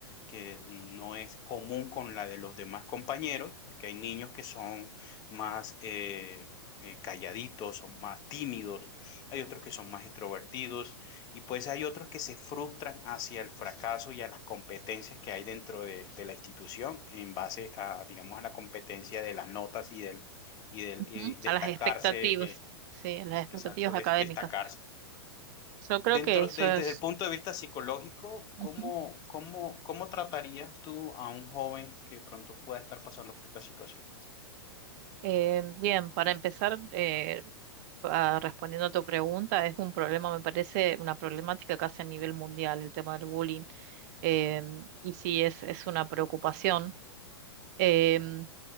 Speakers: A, on the left; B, on the right.
A: que no es común con la de los demás compañeros, que hay niños que son más eh, eh, calladitos, son más tímidos, hay otros que son más extrovertidos y pues hay otros que se frustran hacia el fracaso y a las competencias que hay dentro de, de la institución en base a, digamos, a la competencia de las notas y del, y del
B: Ujú,
A: y destacarse,
B: A las expectativas,
A: eh,
B: sí, a las expectativas
A: exacto, de,
B: académicas.
A: destacarse.
B: Yo creo
A: Dentro,
B: que eso
A: de,
B: es...
A: desde el punto de vista psicológico, ¿cómo,
B: ujú.
A: cómo, cómo tratarías tú a un joven que pronto pueda estar pasando por esta situación?
B: Eh, bien, para empezar, eh, a- respondiendo a tu pregunta, es un problema, me parece, una problemática casi a nivel mundial, el tema del bullying. em, y sí es, es una preocupación. Em,